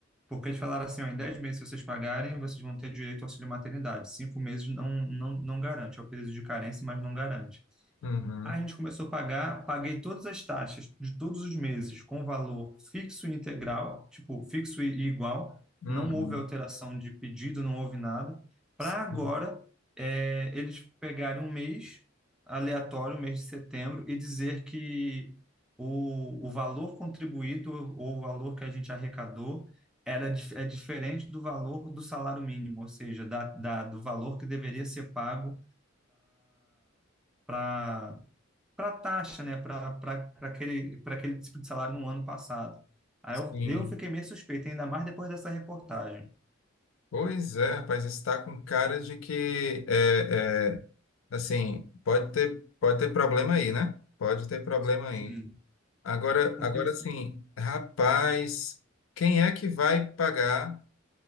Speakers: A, in the centre; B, on the left.
A: porque eles falaram assim, ó, em 10 meses, se vocês pagarem, vocês vão ter direito ao auxílio maternidade. Cinco meses não, não, não garante, é o período de carência, mas não garante.
B: uhum,
A: Aí a gente começou a pagar, paguei todas as taxas de todos os meses com valor fixo e integral, tipo, fixo e e igual,
B: uhum,
A: não houve alteração de pedido, não houve nada, para
B: sim,
A: agora eh, eles pegarem um mês aleatório, um mês de setembro, e dizer que o, o valor contribuído ou o valor que a gente arrecadou era, dif- é diferente do valor do salário mínimo, ou seja, da, da, do valor que deveria ser pago para para a taxa, né, para aquele, pra aquele tipo de salário no ano passado. Aí
B: sim.
A: eu, eu fiquei meio suspeito, ainda mais depois dessa reportagem.
B: Pois é, rapaz, está com cara de que, é, é, assim, pode ter, pode ter problema aí, né? Pode ter problema
A: Sim.
B: aí. Agora,
A: Porque
B: agora
A: assim,
B: sim, rapaz, quem é que vai pagar,